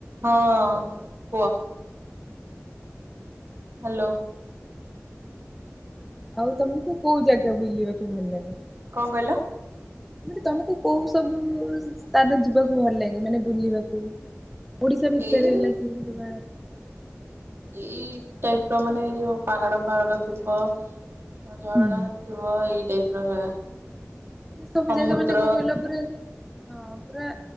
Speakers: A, on the right (about 50°); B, in the centre.
A: ହଁ କୁହ। ହାଲୋ।
B: ଆଉ ତମକୁ କୋଉ ଜାଗା ବୁଲିବାକୁ ଭଲ ଲାଗେ?
A: କଣ କହିଲ?
B: ମାନେ ତମକୁ କୋଉ ସବୁ ସ୍ଥାନ ଯିବାକୁ ଭଲ ଲାଗେ ମାନେ ବୁଲିବାକୁ? ଓଡିଶା ଭିତରେ
A: ଏଇ
B: ହେଲା କି ଓଡିଶା ବାହାରେ
A: ଏଇ ଟାଇପ୍ ର ମାନେ ଯଉ ପାହାଡ଼ ପାହାଡ଼ ଥିବ ଝରଣା
B: ହୁଁ
A: ଥିବ ଏଇ ଟାଇପ୍ ର ଜାଗା।
B: ସେ ସବୁ
A: ସମୁଦ୍ର
B: ଜାଗା ମାନେ କଣ କହିଲ ପୁରା ହଁ ପୁରା